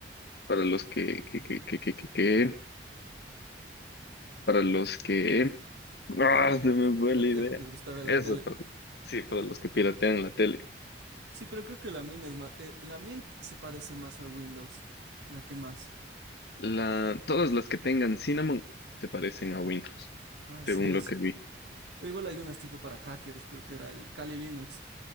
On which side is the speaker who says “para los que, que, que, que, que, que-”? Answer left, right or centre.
Left